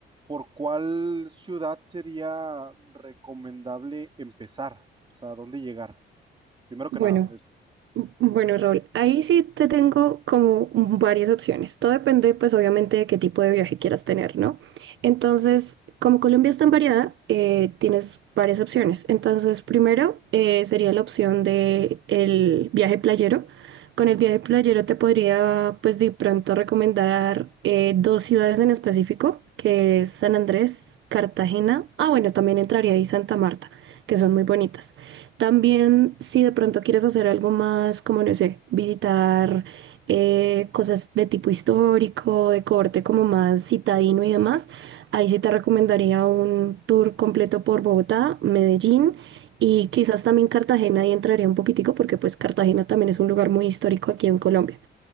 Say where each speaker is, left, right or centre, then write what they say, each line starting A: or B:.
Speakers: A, on the right (about 25°); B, on the right (about 75°).
A: por cuál ciudad sería recomendable empezar, o sea, dónde llegar. Primero
B: Bueno,
A: que nada, eso,
B: Bueno, Raúl, ahí sí te tengo como varias opciones. Todo depende, pues, obviamente, de qué tipo de viaje quieras tener, ¿no? Entonces, como Colombia es tan variada, eh, tienes varias opciones. Entonces, primero eh, sería la opción de el viaje playero. Con el viaje playero te podría, pues, de pronto recomendar eh, dos ciudades en específico, que es San Andrés, Cartagena. Ah, bueno, también entraría ahí Santa Marta, que son muy bonitas. También, si de pronto quieres hacer algo más, como no sé, visitar eh, cosas de tipo histórico, de corte como más citadino y demás, ahí sí te recomendaría un tour completo por Bogotá, Medellín y quizás también Cartagena, ahí entraría un poquitico porque pues Cartagena también es un lugar muy histórico aquí en Colombia.